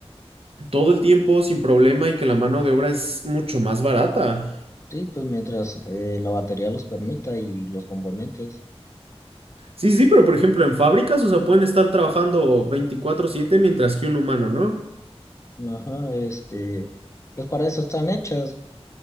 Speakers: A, on the right (about 65°); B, on the left (about 25°).
A: todo el tiempo sin problema y que la mano de obra es mucho más barata.
B: Sí, pues mientras eh, la batería los permita y los componentes.
A: Sí, sí, pero por ejemplo en fábricas, o sea, pueden estar trabajando veinticuatro siete mientras que un humano, ¿no?
B: Ajá, este, pues para eso están hechas